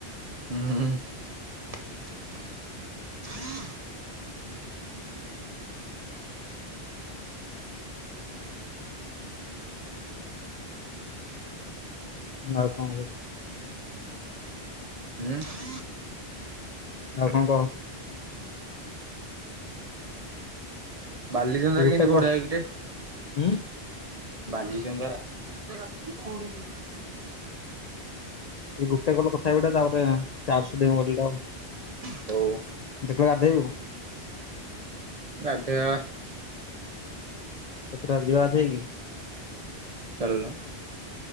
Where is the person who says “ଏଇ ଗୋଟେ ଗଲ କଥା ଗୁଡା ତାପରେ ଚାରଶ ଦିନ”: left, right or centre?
Left